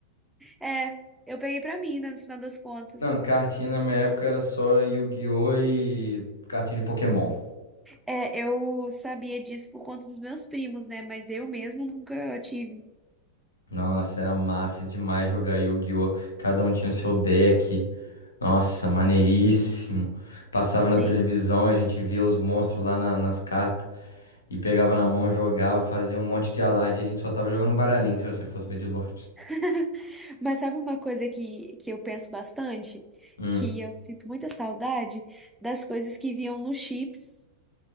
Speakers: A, in the centre; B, on the left.
A: É, eu peguei pra mim, né, no final das contas.
B: Não, cartinha na minha época era só Yu-Gi-Oh! e cartinha de Pokémon.
A: É, eu sabia disso por conta dos meus primos, né? Mas eu mesmo nunca tive.
B: Nossa, era massa demais jogar Yu-Gi-Oh! Cada um tinha o seu deck. Nossa, maneiríssimo. Passava
A: Sim.
B: na televisão, a gente via os monstros lá na- nas cartas. E pegava na mão, jogava, fazia um monte de alarde. A gente só tava jogando um baralhinho, se você fosse ver de longe.
A: <laughs> Mas sabe uma coisa que, que eu penso bastante?
B: Hum.
A: Que eu sinto muita saudade das coisas que vinham nos chips.